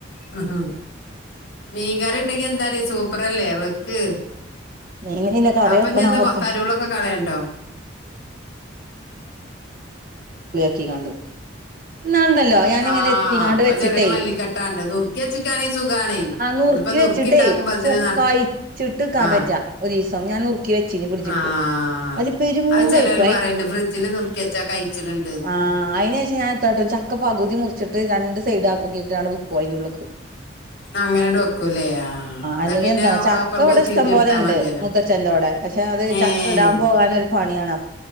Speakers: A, on the left; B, on the right.
A: ങു ഹൂ. മീൻകറി ഉണ്ടെങ്കിയെന്താണ് സൂപ്പറല്ലേ വെക്ക്.
B: മീന് പിന്നെ കറി
A: അപ്പൊ
B: വെക്കണോ
A: ഇഞ് എന്താ
B: വെക്കണ്ടേ
A: കരോളൊക്കെ കളയാണ്ടോ
B: <inaudible> എന്നാണ്ടല്ലോ ഞാനിങ്ങനെ
A: ആ
B: എത്തിങ്ങാണ്ട്
A: അപ്പൊ
B: വെച്ചിട്ടേ
A: ചെറിയ മല്ലിക്കെട്ടാണ്ട് നുറുക്കി വെച്ചിക്കാണെങ്കിൽ സുഖാണേ
B: ആ നുറുക്കി
A: ഇനിയിപ്പൊ
B: വ വച്ചിട്ടെ
A: ഉണ്ടാക്കുമ്പോഴത്തേന്
B: ചൊക്കഴിച്ചിട്ട്നിക്കാൻ
A: ആഹ്
B: വജ്ജ ഒരു ദിവസം ഞാൻ നുറുക്കി വെച്ച വെച്ചിനി ഫ്രിഡ്ജ്
A: ആഹ്
B: ക്ക് അതു പേരും
A: അത് ചെലോല്
B: കഴിപ്പ്
A: പറയ്ണ്ട് ഫ്രിഡ്ജില് നുറുക്കിയെച്ചാ കഴിച്ച്ണ് ണ്ട്ന്ന്
B: ആ അയിന് ശേഷം ഞാൻ എത്താട്ടും ചക്ക പകുതി മുറിച്ചിട്ട് രണ്ട് സൈഡക്കട്ടാണ് അതിന്റുള്ളിക്ക്
A: <inaudible> അങ്ങനെ വെക്കൂല്ലേ ആ എന്നാ
B: അല്ലെങ്കി
A: പിന്നെ
B: എന്താണ് ചക്ക
A: അപ്പം.
B: ഇവിടെ
A: കൊത്തിരിഞ്ഞെടുത്താ
B: ഇഷ്ടം പോലെ ഇണ്ട്
A: മതിയല്ലോ
B: മുത്തച്ഛന്റോടെ പക്ഷെ അത്
A: ഏഹ്
B: ചക്ക് ഇടാൻ പോകാൻ ഒരു പണിയാണ് അ